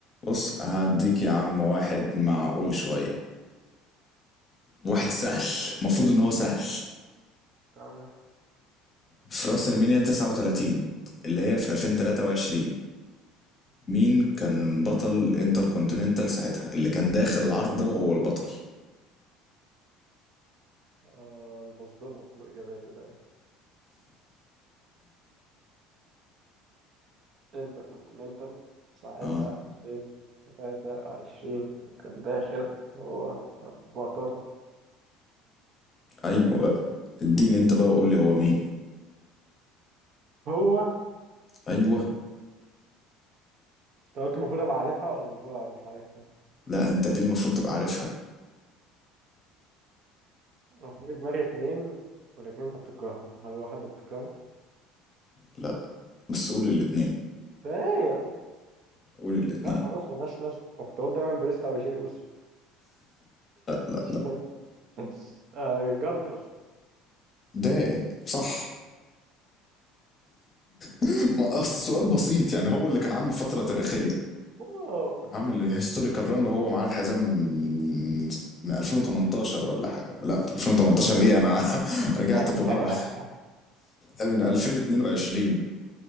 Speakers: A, on the left; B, on the right.
A: بص هديك يا عم واحد معقول شوية واحد سهل المفروض ان هو سهل
B: تمام
A: في راس المنيا 39 اللي هي في 2023 مين كان بطل الانتر كونتيننتال ساعتها اللي كان داخل العرض ده وهو البطل
B: آه، انا بصدمك باجاباتي ده انتر كونتيننتال ساعتها
A: اه
B: 2023 وكان داخل هو بطل
A: ايوه بقى اديني انت بقى وقول لي هو مين
B: هو
A: ايوه
B: انت قلت المفروض ابقى عارفها ولا المفروض ابقى مش عارفها؟
A: لا انت دي المفروض تبقى عارفها
B: انا في دماغي اتنين والاتنين انت بتكرههم هل هو حد بتكرهه؟
A: لا بس قول الاتنين
B: ده
A: قول الاتنين
B: لا خلاص ملهاش لازمة أنا كنت أقول دايما بريست أو جي أوسو <laughs>
A: لا
B: مش فاهم آه، جانتر
A: ده صح <laughs> ما اصل سؤال بسيط يعني هو اللي كان عامل فترة تاريخية
B: واو
A: عامل هيستوريكال ران وهو معاه الحزام من من 2018 ولا حاجه لا 2018 ايه انا <laughs> رجعت
B: <laughs>
A: بالغلط من 2022